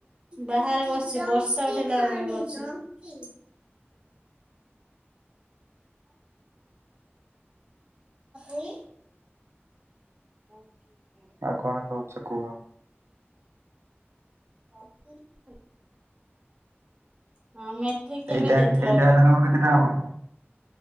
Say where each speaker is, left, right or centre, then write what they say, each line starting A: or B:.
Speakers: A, on the right; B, on the right.
A: ବାହାରେ ବସିଛି ବର୍ଷା ଉଠେଇଲା <inaudible> ବସିଛି। ହୁଁ। <unintelligible>
B: ଆଉ କଣ କହୁଛ କୁହ?
A: ହଁ <unintelligible> ହଁ ମେଟ୍ରିକ କେବେ
B: ଏଇଟା
A: ଦେଇଥିଲ?
B: ଏଇଟା ହେଲେ ତମର କେତେଟା ହବ